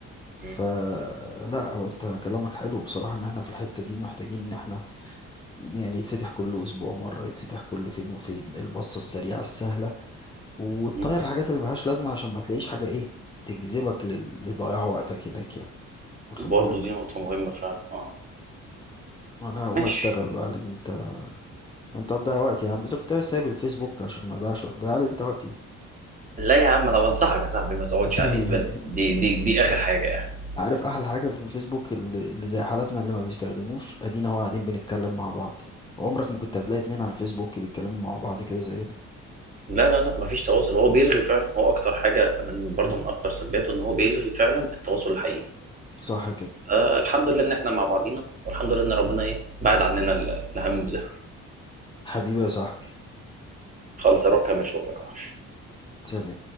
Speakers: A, on the left; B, on the right.
A: فلا
B: م.
A: هو انت كلامك حلو بصراحة ان احنا في الحتة دي محتاجين ان احنا يعني يتفتح كل اسبوع مرة يتفتح كل فين وفين البصة السريعة السهلة وتطير
B: م.
A: الحاجات اللي ملهاش لازمة عشان ما تلاقيش حاجة ايه تجذبك لل- لضياع وقتك هناك يعني واخد
B: وبرضه
A: بالك
B: دي نقطه مهمه فعلا اه
A: انا هقوم
B: ماشي
A: اشتغل بقى لان انت انت هتضيع وقتي يا عم اذا كنت سايب الفيسبوك عشان ما اضيعش وقت ضيع لي انت وقتي
B: لا يا عم انا بنصحك يا صاحبي ما تقعدش
A: <laughs>
B: عليه بس دي دي دي اخر حاجه يعني
A: عارف احلى حاجه في فيسبوك اللي اللي زي حالاتنا اللي ما بيستخدموش ادينا هو قاعدين بنتكلم مع بعض عمرك ما كنت هتلاقي اتنين على الفيسبوك بيتكلموا مع بعض كده زينا
B: لا لا لا مفيش تواصل هو بيلغي فعلا هو اكتر حاجه من برضه من اكتر سلبياته ان هو بيلغي فعلا التواصل الحقيقي
A: صح كده
B: آه الحمد لله ان احنا مع بعضينا والحمد لله ان ربنا ايه بعد عننا ال- الهم ده
A: حبيبي يا صاحبي
B: خالص اروح اكمل شغلك يا وحش
A: سلام